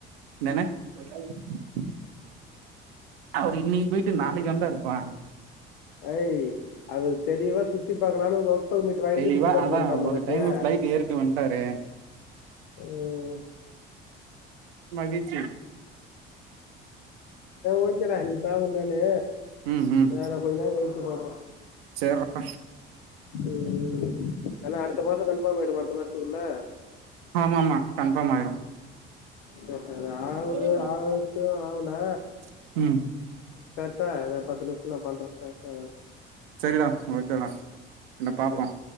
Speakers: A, on the right; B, on the left.
A: என்னணே <unintelligible> அவரு இன்னிக் போயிட்டு நாளைக்கு வரதா இருப்பா
B: ஹய் அவுக தெளிவா சுத்தி பாக்கலானு ஒர்க் பர்மீட் வாங்கிட்டு
A: தெளிவா
B: சுத்தி பாத்துட்டு
A: அதா
B: வந்துட்டாப்ல
A: ஒரு
B: பாத்தியா
A: டைம் ஃபிளைட் ஏறிட்டு வன்ட்டாரு
B: உம்
A: மகிழ்ச்சி
B: ஓக்கேடா நீ பாவ தானு
A: ம் ம்
B: வேன கொஞ்ச நேர கழிச் பண்ற
A: சேர்றா
B: உஹம் உஹம் ஆனா அடுத்த மாசம் கன்ஃபார்ம் ஆயிடுமா அடுத்த மாசத்துக்குள்ள
A: ஆமா ஆமா கன்பார்ம் ஆயிரும்
B: சரி, அது ஆகுது
A: <inaudible>
B: ஆகட்டும் ஆகுனா
A: ம்
B: பா இத பத்து நிமிஷத்துல நா பண்ற டாஸ்க்
A: சரிடா ஓகேடா என்ன
B: சரி
A: பாப்போம்